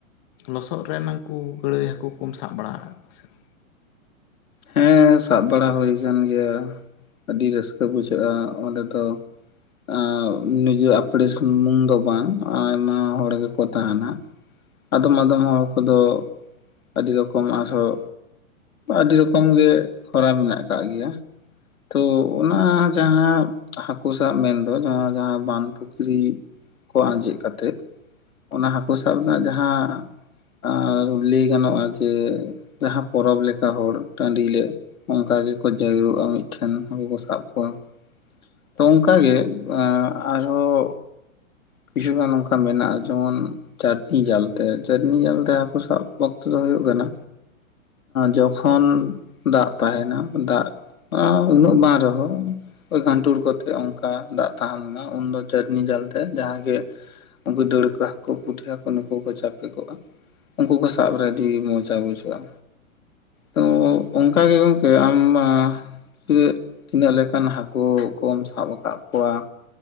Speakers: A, on the left; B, on the left.
A: ᱞᱚᱥᱚᱫ ᱨᱮᱱ ᱦᱟᱹᱱᱠᱩ ᱜᱟᱹᱲᱟᱹᱭ ᱦᱟᱹᱠᱩ ᱠᱚᱢ ᱥᱟᱵ ᱵᱟᱲᱟ ᱦᱟᱜ ᱠᱚᱣᱟ ᱥᱮ ᱵᱟ
B: ᱦᱮᱸ ᱥᱟᱵ ᱵᱟᱲᱟ ᱦᱩᱭ ᱟᱠᱟᱱ ᱜᱮᱭᱟ ᱟᱹᱰᱤ ᱨᱟᱹᱥᱠᱟᱹ ᱵᱩᱡᱷᱟᱹᱜ-ᱟ ᱚᱸᱰᱮ ᱫᱚ ᱟ ᱱᱤᱡᱮ ᱟᱯᱲᱮ ᱥᱩᱢᱩᱝ ᱫᱚ ᱵᱟᱝ ᱟᱭᱢᱟ ᱦᱚᱲ ᱜᱮᱠᱚ ᱛᱟᱦᱮᱱᱟ᱾ ᱟᱫᱚᱢ ᱟᱫᱚᱢ ᱦᱚᱲ ᱠᱚᱫᱚ ᱟᱹᱰᱤ ᱨᱚᱠᱚᱢ ᱟᱨᱦᱚᱸ ᱟᱹᱰᱤ ᱨᱚᱠᱚᱢ ᱨᱚᱠᱚᱢ ᱜᱮ ᱦᱚᱨᱟ ᱢᱮᱱᱟᱜ ᱟᱠᱟᱫ ᱜᱮᱭᱟ ᱛᱚ ᱚᱱᱟ ᱡᱟᱦᱟᱸ ᱦᱟᱹᱠᱩ ᱥᱟᱵ ᱢᱮᱱᱫᱚ ᱡᱟᱦᱟᱸ- ᱡᱟᱦᱟᱸ ᱵᱟᱸᱫᱽ ᱯᱩᱠᱷᱨᱤ ᱠᱚ ᱟᱸᱡᱮᱫ ᱠᱟᱛᱮᱜ ᱚᱱᱟ ᱦᱟᱹᱠᱩ ᱥᱟᱵ ᱨᱮᱱᱟᱜ ᱡᱟᱦᱟᱸ ᱟᱨ ᱞᱟᱹᱭ ᱜᱟᱱᱚᱜᱼᱟ ᱡᱮ ᱡᱟᱦᱟᱸ ᱯᱚᱨᱚᱵᱽ ᱞᱮᱠᱟ ᱦᱚᱲ ᱴᱟᱺᱰᱤ ᱞᱮ ᱚᱱᱠᱟ ᱜᱮᱠᱚ ᱡᱟᱹᱨᱣᱟᱜᱼᱟ ᱢᱤᱫ ᱴᱷᱮᱱ ᱦᱟᱹᱠᱩ ᱠᱚ ᱥᱟᱵ ᱠᱚᱣᱟ ᱛᱚ ᱚᱱᱠᱟ ᱜᱮ ᱮᱸ ᱟᱨ ᱦᱚᱸ ᱠᱤᱪᱷᱩ ᱜᱟᱱ ᱚᱱᱠᱟ ᱢᱮᱱᱟᱜᱼᱟ ᱡᱮᱢᱚᱱ ᱪᱟᱹᱴᱱᱤ ᱡᱟᱞᱛᱮ ᱪᱟᱹᱴᱱᱤ ᱡᱟᱞᱛᱮ ᱦᱟᱹᱠᱩ ᱥᱟᱵ ᱚᱠᱛᱚ ᱫᱚ ᱦᱩᱭᱩᱜ ᱠᱟᱱᱟ ᱡᱚᱠᱷᱚᱱ ᱫᱟᱜ ᱛᱟᱦᱮᱸᱱᱟ ᱫᱟᱜ ᱩᱱᱟᱹᱜ ᱵᱟᱝ ᱨᱮᱦᱚ ᱜᱷᱟᱱᱴᱩᱲ ᱠᱚᱛᱮᱜ ᱚᱱᱠᱟ ᱫᱟᱜ ᱛᱟᱦᱮᱸᱞᱮᱱᱟ ᱩᱱᱫᱚ ᱪᱟᱹᱴᱱᱤ ᱡᱟᱞ ᱛᱮ ᱡᱟᱦᱟᱸ ᱜᱮ ᱩᱱᱠᱩ ᱫᱟᱹᱲᱠᱟᱦ ᱦᱟᱹᱠᱩ ᱠᱚ ᱯᱩᱴᱷᱟ ᱠᱚ ᱱᱩᱠᱩ ᱦᱚᱸ ᱠᱚ ᱪᱟᱯᱮ ᱠᱚᱜᱼᱟ ᱩᱱᱠᱩ ᱠᱚ ᱥᱟᱵ ᱨᱮ ᱟᱹᱰᱤ ᱢᱚᱡᱟ ᱵᱩᱡᱷᱟᱹᱜ-ᱟ ᱛᱚ ᱚᱱᱠᱟ ᱜᱮ ᱜᱚᱢᱠᱮ ᱟᱢ ᱢᱟ ᱮᱜ ᱛᱤᱱᱟᱹᱜ ᱞᱮᱠᱟᱱ ᱦᱟᱹᱠᱩ ᱠᱚᱢ ᱥᱟᱵ ᱟᱠᱟᱫ ᱠᱚᱣᱟ